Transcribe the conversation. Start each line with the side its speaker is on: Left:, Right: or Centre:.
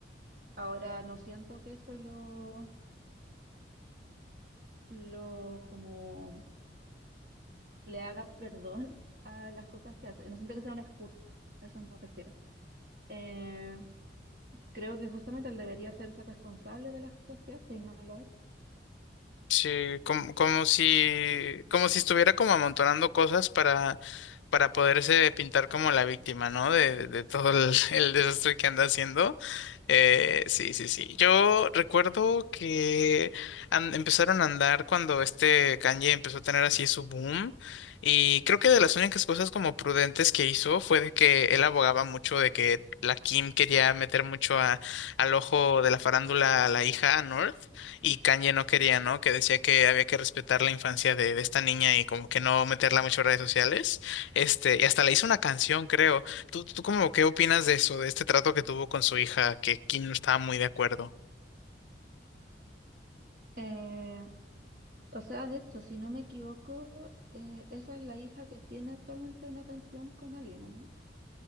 Right: Ahora, no siento que eso lo, lo como le haga perdón a las cosas que hace. No siento que sea una excusa, a eso me refiero. Eh, creo que justamente él debería hacerse responsable de las cosas que hace y no lo ha hecho.
Left: Sí, como, como si, como si estuviera como amontonando cosas para, para poderse pintar como la víctima, ¿no? De, de todo el, <laughs> el desastre que anda haciendo. Eh, sí, sí, sí. Yo recuerdo que an- empezaron a andar cuando este Kanye empezó a tener así su boom. Y creo que de las únicas cosas como prudentes que hizo fue de que él abogaba mucho de que la Kim quería meter mucho a- al ojo de la farándula a la hija, a North, y Kanye no quería, ¿no? Que decía que había que respetar la infancia de, de esta niña y como que no meterla mucho en redes sociales. Este, y hasta le hizo una canción, creo. ¿Tú, tú cómo, qué opinas de eso, de este trato que tuvo con su hija, que Kim no estaba muy de acuerdo?
Right: Eh, o sea, de hecho, si no me equivoco, eh, esa es la hija que tiene actualmente una canción con Aliena, ¿no?